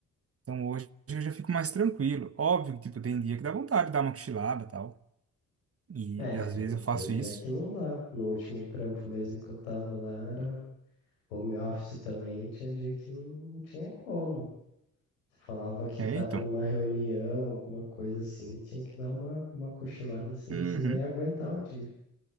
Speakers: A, on the right; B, on the left.
A: Então hoje eu já fico mais tranquilo. Óbvio que, tipo, tem dia que dá vontade de dar uma cochilada e tal. E,
B: É,
A: às
B: tem,
A: vezes eu faço
B: tem dia
A: isso.
B: que não dá. No último trampo mesmo que eu tava lá, era home office também, tinha dia que não tinha como. Você falava que
A: É,
B: estava
A: então.
B: numa reunião, alguma coisa assim, tinha que dar uma, uma cochilada, senão
A: Uhum.
B: você não ia aguentar o dia.